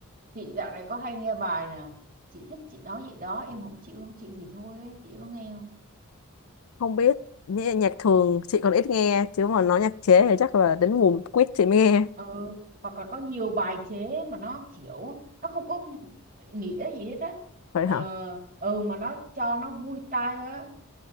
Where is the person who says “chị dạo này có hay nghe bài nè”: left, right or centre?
Right